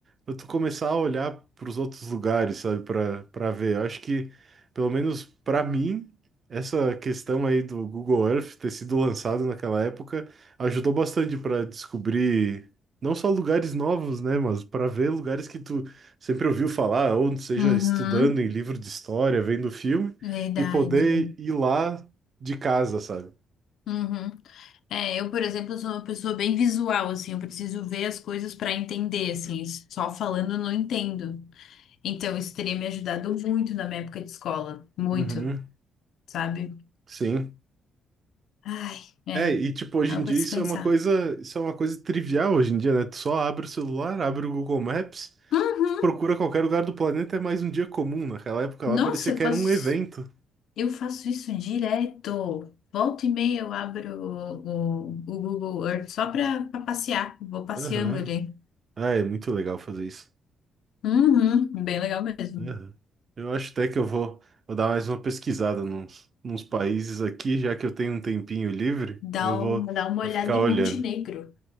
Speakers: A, on the right; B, on the left.
A: tu começar a olhar para os outros lugares, sabe, para para ver. Eu acho que, pelo menos para mim, essa questão aí do Google Earth ter sido lançado naquela época ajudou bastante para descobrir não só lugares novos, né, mas para ver lugares que tu sempre ouviu falar, ou seja,
B: Uhum.
A: estudando em livro de história, vendo filme,
B: Verdade.
A: e poder ir lá de casa, sabe?
B: Uhum. É, eu, por exemplo, sou uma pessoa bem visual, assim, eu preciso ver as coisas para entender, assim, só falando eu não entendo. Então, isso teria me ajudado muito na minha época de escola. Muito,
A: Uhum.
B: sabe?
A: Sim.
B: Ai, é.
A: É, e tipo, hoje
B: Algo
A: em dia
B: a dispensar.
A: isso é uma coisa, isso é uma coisa trivial hoje em dia, né? Tu só abre o celular, abre o Google Maps,
B: Uhum.
A: tu procura qualquer lugar do planeta, é mais um dia comum. Naquela época lá
B: Nossa,
A: parecia
B: eu
A: que
B: faço,
A: era um
B: isso-
A: evento.
B: eu faço isso direto. Volta e meia eu abro o, o- o Google Earth só para passear. Vou passeando
A: Aham.
B: ali.
A: Ah, é muito legal fazer isso.
B: Uhum, bem legal mesmo.
A: Aham. Eu acho até que eu vou, vou dar mais uma pesquisada nos, nos países aqui, já que eu tenho um tempinho livre,
B: Dá,
A: eu vou,
B: um, dá uma
A: vou
B: olhada
A: ficar
B: em
A: olhando.
B: Montenegro.